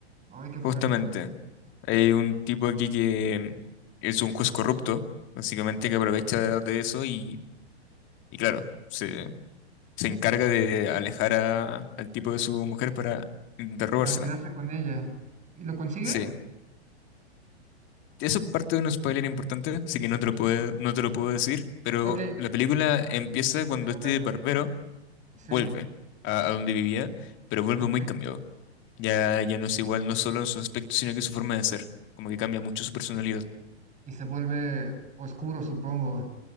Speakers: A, on the right (about 20°); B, on the left (about 35°).
A: Ay, qué
B: justamente.
A: fuerte.
B: Hay un tipo aquí que mm, es un juez corrupto, básicamente que aprovecha de eso y, y claro. se se encarga de alejar a- al tipo de su mujer para intentar robársela.
A: Para quedarse con ella. ¿Y lo consigue?
B: Sí. Eso es parte de un spoiler importante, así que no te lo puedo, no te lo puedo decir, pero
A: Ok,
B: la película empieza
A: ok,
B: cuando
A: para
B: este
A: verlo.
B: barbero
A: Sí,
B: vuelve a, a donde vivía, pero vuelve
A: ok.
B: muy cambiado. Ya, ya no es igual no solo en su aspecto, sino que su forma de ser, como que cambia mucho su personalidad.
A: Y se vuelve oscuro, supongo,